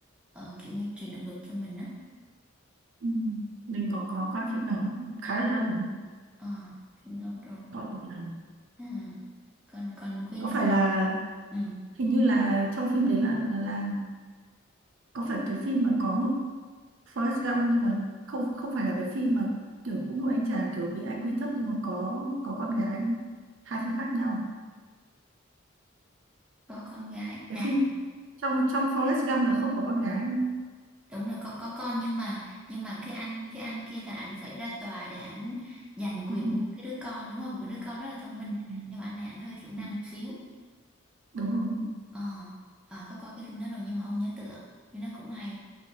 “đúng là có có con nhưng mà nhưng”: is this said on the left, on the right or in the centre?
Centre